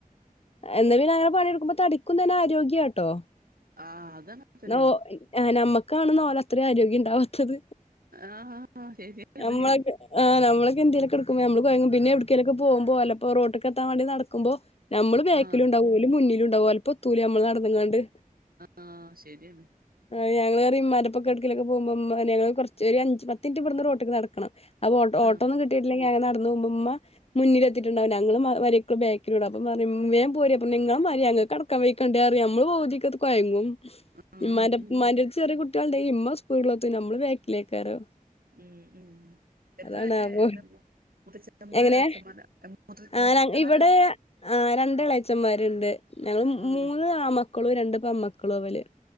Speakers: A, on the left (about 45°); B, on the right (about 85°).
A: എന്ന പിന്നെഅങ്ങനെ പണിട്ക്കുമ്പ തടി ക്കുംതന്നെ ആരോഗ്യാട്ടോ.
B: ആഹ് അതങ്ങനെ തന്നെയാണ്
A: ന്ന ഓ ഏഹ് നമ്മക്കാണ് ന്നാ ഒലത്രിം ആരോഗ്യം ണ്ടാവാത്തത്.
B: ആഹ് ആഹ് ശരിയാണ്
A: നമ്മളെക്കെ അഹ് നമ്മളൊകെ എന്തേലൊക്കെ ട്ക്കുമ്പൊ അമ്മള് കൊയങ്ങും. പിന്നെ എവ്ട്ക്കേലോക്കെ പോകമ്പോ അല്ലപ്പോ റോട്ട്ക്കെത്താ വേണ്ടി നട്ക്കുമ്പൊ നമ്മള് ബേക്ക്ലുണ്ടാവും
B: ആഹ്
A: ഓല് മുന്നിലുണ്ടാവും ഓൽപ്പത്തൂലമ്മള് നടന്ന്ങ്ങാണ്ട്.
B: ആഹ് ശരിയാണ്
A: ആഹ് ഞങ്ങളേറിം‌ മ്മാൻ്റെപ്പൊക്കെ എട്ക്കേലൊക്കെ പോവ്മ്പം മ്മാനെ ഞങ്ങള് കൊർച്ച് ഒര് അഞ്ച്, പത്തിൻറ്റ് വട്ന്ന് റോട്ട്ക്ക് നട്ക്കണം. അപ്പൊ ഓട്ടോ
B: ആഹ്
A: ഓട്ടോന്നും കിട്ടിട്ട്ല്ലെങ്കി ഞങ്ങനടന്ന് പോവ്മ്പം മ്മ മുന്നിലെത്തിട്ട്ണ്ടാവും. ഞങ്ങള് മ വരിക്കെള് ബേക്കിലുണ്ടാവും. അപ്പൊ മ്മാറിയും വേം പോരി അപ്പം നിങ്ങളെ മ്മാരി ഞങ്ങക്കട് <unintelligible> കണ്ടേറിയും. അമ്മള് പൗതിക്കത്ത് കൊയങ്ങും.
B: ആഹ്
A: ഇമ്മാന്റെ
B: ഉം
A: പ് ഇമ്മാന്റെട്ത്ത് ചെറിയ കു കുട്യേൾ ണ്ടെയി ഇമ്മ സ്‌പീട്‌ലെത്തും. ഞമ്മള് ക്കേക്കിലേക്കാരോ.
B: ഉം ഉം എത്ര
A: അതാണ് അപ്പൊ
B: എന്താ മൂത്തച്ഛന്മാരോ
A: എങ്ങനേ?
B: <unintelligible>
A: ആഹ്.
B: മൂത്തച്ഛന്മാരോ
A: ഞങ്ങ ഇവടേ ആഹ് രണ്ട് എളേച്ചമ്മാര്ണ്ട്. ഞങ്ങള് മു മൂന്ന്
B: ഉം
A: മൂന്ന് ആമക്കളും രണ്ട് പെമ്മക്കളാ വല്.